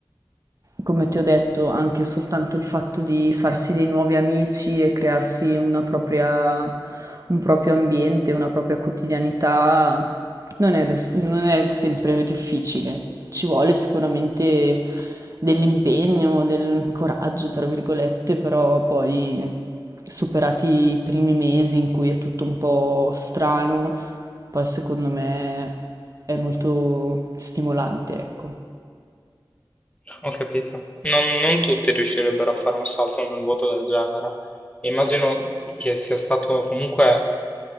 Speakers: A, on the right; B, on the left.
A: come ti ho detto, anche soltanto il fatto di farsi dei nuovi amici e crearsi una propria, un proprio ambiente, una propria quotidianità, non è, des- non è sempre difficile. Ci vuole sicuramente dell'impegno, del coraggio, tra virgolette, però poi superati i primi mesi in cui è tutto un po' strano, poi secondo me è molto stimolante, ecco.
B: Ho capito. Non, non tutti riuscirebbero a fare un salto nel vuoto del genere. Immagino che sia stato comunque,